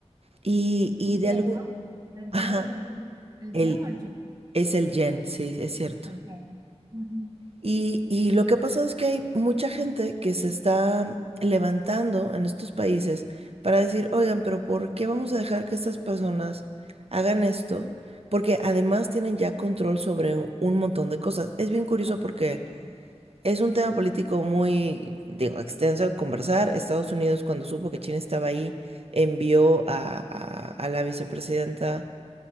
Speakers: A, on the right; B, on the right.
A: Y,
B: El
A: y de
B: yen,
A: algún...
B: ¿no? El
A: Ajá,
B: yen, porque el
A: el,
B: yen o el yo,
A: es el yen, sí, es cierto.
B: el yen. Ujú,
A: Y, y lo que ha pasado es que hay mucha gente que se está levantando en estos países para decir, oigan, pero ¿por qué vamos a dejar que estas personas hagan esto? Porque además tienen ya control sobre u- un montón de cosas. Es bien curioso
B: Por
A: porque
B: supuesto.
A: es un tema político muy, digo, extenso de conversar. Estados Unidos, cuando supo que China estaba ahí, envió a, a a la vicepresidenta